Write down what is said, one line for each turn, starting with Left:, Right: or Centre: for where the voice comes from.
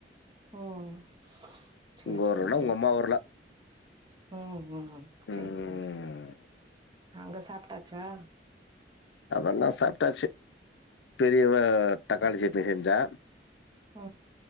Right: உம் செரி
Left: உங்க
Right: செரி
Left: ஊர்லனா உங்க அம்மா ஊர்ல
Right: உம் உம் செரி
Left: ம்
Right: செரி அங்க சாப்ட்டாச்சா
Left: அதெல்லா சாப்ட்டாச்சு பெரியவ தக்காளி சட்னி செஞ் தா
Right: ஆ